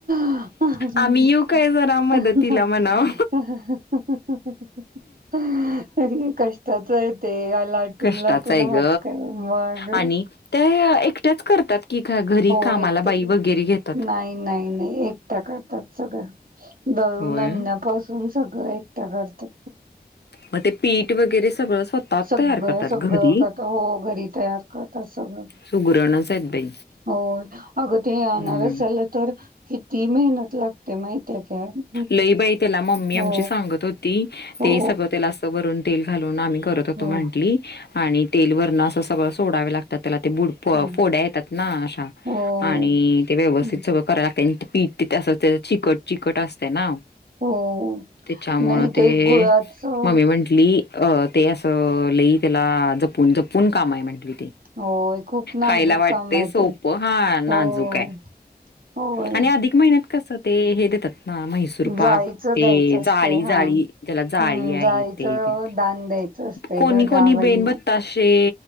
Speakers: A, on the right (about 60°); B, on the left (about 85°).
A: <unintelligible>
B: आम्ही येऊ काय जरा मदतीला म्हणाव
A: कष्टाच आहे ते. लाटून
B: कष्टाच
A: लाटून
B: आहे
A: हात
B: ग
A: काय मग
B: आणि त्या एकट्याच करतात की घरी
A: हो.
B: कामाला
A: नाही,
B: बाई वगैरे घेतात
A: नाही, नाही, एकट करतात सगळं
B: होय
A: नन्यापासून सगळं एकटा करतात.
B: मग ते पीठ वगैरे सगळं स्वतः
A: सगळं,
B: तयार करतात
A: सगळं
B: घरी
A: करता हो घरी तयार कर त्या सगळं.
B: सुगरणच आहेत बाई
A: हो अग ते अनारसेला
B: हम्म
A: तर किती मेहनत लागते माहि ती का? हं.
B: लई बाई त्याला मम्मी
A: हो
B: आमची सांगत होती,
A: हो
B: ते सगळं त्याला असं भरून तेल घालून आम्ही करत होत
A: हो
B: म्हंटली, आणि तेल वरणं अस सगळं सोडावे लागतात. त्याला ते बुड
A: हो
B: फोड्या येतात ना अशा
A: होय.
B: आणि ते व्यवस्थित
A: हं.
B: सगळं करायला लागते आणि पीठ तिथं ते चिकट चिकट असते ना.
A: हो.
B: तेच्यामला
A: नाही
B: ते
A: गुळाचं
B: मम्मी म्हंटली. अ ते असं लेई त्याला जपून जपून काम आहे म्हंटली.
A: होय खूप नाजूक
B: खायला वाटतेय
A: काम आहे
B: सोप
A: ते.
B: हा नाजूक
A: होय.
B: आहे.
A: होय.
B: आणि अधिक महिन्यात कस ते हे देतात. ह म्हैसूर पाक
A: जाळीचं
B: ते
A: द्यायचं असतंय
B: जाळी,
A: हा.
B: जाळी ज्याला जाळी
A: हम्म जाळीचं
B: आहे तेन.
A: दान द्यायचं असतंय
B: कोणी
A: ग
B: कोणी
A: जावईना.
B: बेणबत्ताशे,